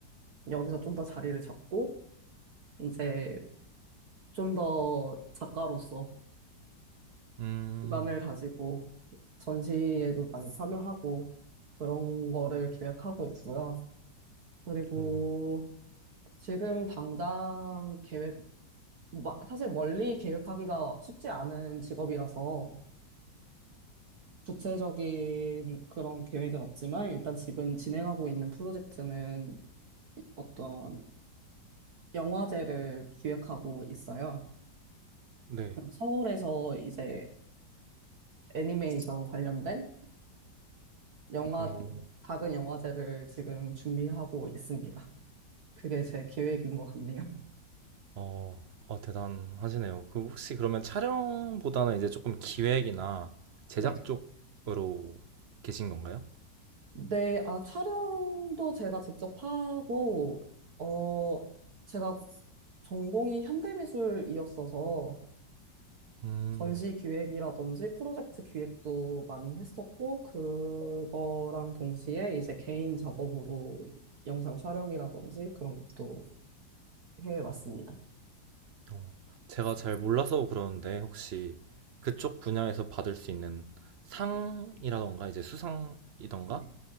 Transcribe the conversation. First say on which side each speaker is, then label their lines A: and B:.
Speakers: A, on the right (about 55°); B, on the right (about 80°).
A: 여기서 좀 더 자리를 잡고 이제 좀 더 작가로서
B: 음,
A: 기반을 다지고 전시에도 많이 참여하고 그런 거를 계획하고 있고요. 그리고
B: 오,
A: 지금 당장 계획, 마- 사실 멀리 계획하기가 쉽지 않은 직업이라서 구체적인 그런 계획은 없지만 일단 지금 진행하고 있는 프로젝트는 어떤 영화제를 기획하고 있어요.
B: 네.
A: 서울에서 이제 애니메이션 관련된 영화,
B: 오,
A: 작은 영화제를 지금 준비하고 있습니다. 그게 제 계획인 것 같네요.
B: 어, 어, 대단하시네요. 그 혹시 그러면 촬영보다는 이제 조금 기획이나 제작
A: 네.
B: 쪽으로 계신 건가요?
A: 네, 아, 촬영도 제가 직접 하고, 어, 제가 전공이 현대미술이었어서,
B: 음.
A: 전시 기획이라든지 프로젝트 기획도 많이 했었고, 그거랑 동시에 이제 개인 작업으로 영상 촬영이라든지 그런 것도 해왔습니다.
B: 어, 제가 잘 몰라서 그러는데 혹시 그쪽 분야에서 받을 수 있는 상이라던가 이제 수상이던가
A: 네.